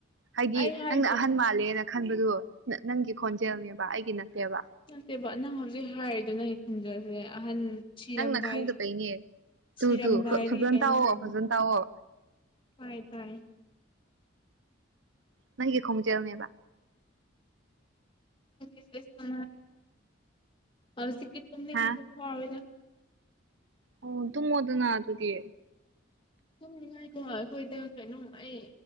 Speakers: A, on the right (about 70°); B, on the left (about 25°).
A: ꯍꯥꯏꯗꯤ
B: ꯑꯩ ꯍꯥꯏꯕꯗꯤ
A: ꯅꯪꯅ ꯑꯍꯟ ꯃꯥꯜꯂꯦꯅ ꯈꯟꯕꯗꯨ ꯅ ꯅꯪꯒꯤ ꯈꯣꯟꯖꯦꯜꯅꯦꯕ ꯑꯩꯒꯤ ꯅꯠꯇꯦꯕ
B: ꯅꯠꯇꯦꯕ ꯅꯪ ꯍꯧꯖꯤꯛ ꯍꯥꯏꯔꯤꯗꯨ ꯅꯪꯒꯤ ꯈꯣꯟꯖꯦꯜꯅꯦ ꯑꯍꯟ ꯁꯤꯔꯝꯗꯥꯏ
A: ꯅꯪꯅ ꯈꯪꯗꯕꯩꯅꯦ ꯇꯨ
B: ꯁꯤꯔꯝꯗꯥꯏꯗꯒꯤ
A: ꯇꯨ ꯐꯖꯅ
B: ꯀꯩꯅꯣꯝ
A: ꯇꯥꯛꯑꯣ
B: ꯇꯧꯕ
A: ꯐꯖꯅ ꯇꯥꯛꯑꯣ
B: ꯐꯥꯏ ꯐꯥꯏ
A: ꯅꯪꯒꯤ ꯈꯣꯡꯖꯦꯜꯅꯦꯕ
B: <unintelligible> ꯍꯧꯖꯤꯛꯇꯤ ꯇꯨꯝꯅꯤꯡꯕꯁꯨ
A: ꯍꯥ
B: ꯐꯥꯎꯋꯤꯗ
A: ꯑꯣ ꯇꯨꯝꯃꯣꯗꯅꯥ ꯑꯗꯨꯗꯤ
B: ꯇꯨꯝꯅꯤꯡꯉꯥꯏꯗꯣ ꯑꯩꯈꯣꯏꯗ ꯀꯩꯅꯣ ꯑꯩ